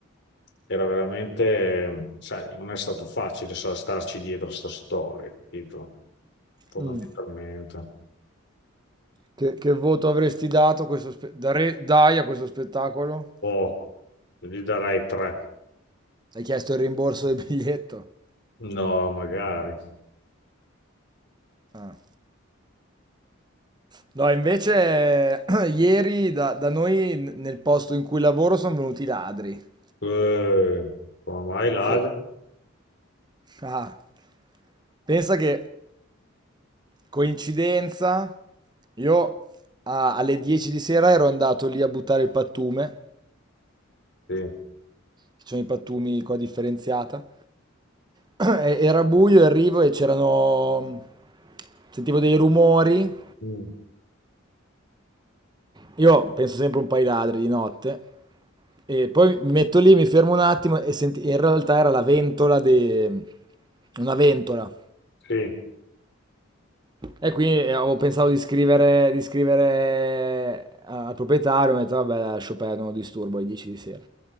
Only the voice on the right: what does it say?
mh, che che voto avresti dato a questo spe dare dai a questo spettacolo?
Hai chiesto il rimborso del biglietto?
Ah. No, invece <clears throat> ieri da da noi n nel posto in cui lavoro son venuti i ladri.
Sì. Ah. Pensa che Coincidenza, io a- alle 10 di sera ero andato lì a buttare il pattume,
ci sono i pattumi qua differenziata, <clears throat> e- era buio e arrivo e c'erano, sentivo dei rumori,
io penso sempre un paio di ladri di notte, e poi mi metto lì, mi fermo un attimo e senti- in realtà era la ventola di... una ventola.
E quindi eh, avevo pensato di scrivere, di scrivere a- al proprietario, mi ho detto vabbè, lascio perdere, non lo disturbo alle 10 di sera.